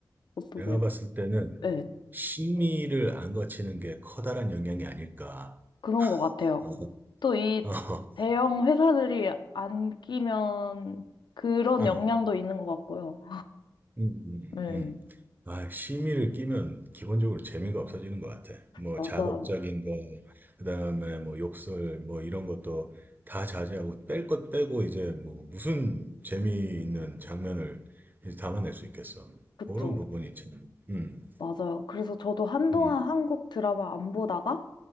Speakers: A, on the left; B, on the right.
A: 어떠세요?
B: 내가 봤을 때는
A: 네,
B: 심의를 안 거치는 게 커다란 영향이 아닐까.
A: 그런 것 같아요.
B: 어,
A: 또 이
B: 어,
A: 대형 회사들이 안 끼면 그런
B: 어.
A: 영향도 있는 것 같고요.
B: 음, 음,
A: 네.
B: 음. 아, 심의를 끼면 기본적으로 재미가 없어지는 것 같아. 뭐
A: 맞아요.
B: 자극적인 거, 그다음에 뭐 욕설, 뭐 이런 것도 다 자제하고 뺄 것 빼고 이제 뭐 무슨 재미있는 장면을 이제 담아낼 수 있겠어.
A: 그쵸.
B: 그런 부분이 참, 음,
A: 맞아요. 그래서 저도 한동안
B: 음,
A: 한국 드라마 안 보다가